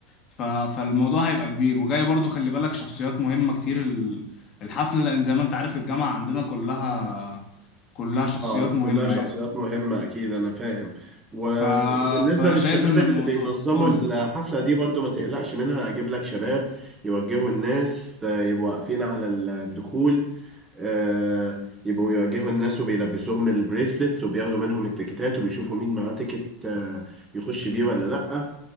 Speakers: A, on the left; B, on the right.
A: ف... فالموضوع هيبقى كبير وجاي برضو خلي بالك شخصيات مهمة كتير ال- الحفلة لأن زي ما أنت عارف الجامعة عندنا كلها كلها شخصيات
B: اه
A: مهمة
B: كلها شخصيات
A: يعني
B: مهمة أكيد أنا فاهم و-
A: ف...
B: وبالنسبة
A: فأنا
B: للشباب
A: شايف إن
B: اللي
A: الموضوع
B: بينظموا
A: قولي
B: الحفلة دي برضو ما تقلقش منها أجيب لك شباب يوجهوا الناس آه، يبقوا واقفين على الدخول آه، يبقوا يواجهوا الناس وبيلبسوهم البريسلتس وبياخدوا منهم التيكتات وبيشوفوا مين معاه تيكت آه، يخش بيه ولا لأ